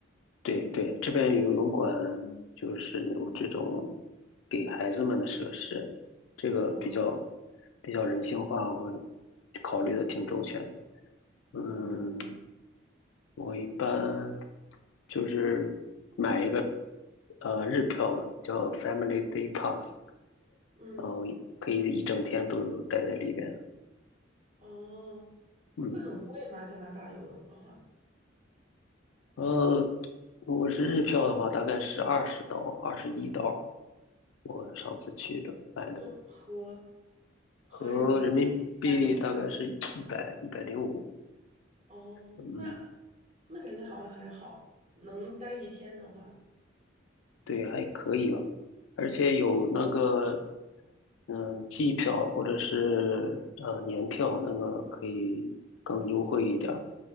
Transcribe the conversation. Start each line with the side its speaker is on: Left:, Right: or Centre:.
Left: 对对，这边游泳馆就是有这种给孩子们的设施，这个比较
Right: 哦，
Left: 比较人性化，我考虑的挺周全。嗯，
Right: 嗯，
Left: 我一般
Right: 确实，
Left: 就是买一个呃日票嘛叫 Family Day Pass，
Right: 嗯，
Left: 然后可以一整天都待在里边。
Right: 哦，
Left: 嗯，
Right: 会很贵吗？加拿大游泳的话，
Left: 呃，如果是日票的话，大概是二十刀，二十一刀。我上次去的买的。
Right: 就合合人民币一百多块。
Left: 和人民币大概是一百一百零五，
Right: 哦，
Left: 嗯，
Right: 那那感觉好像还好，能待一天的话，
Left: 对，还可以吧。而且有那个，嗯、季票或者是呃年票，那个可以更优惠一点儿。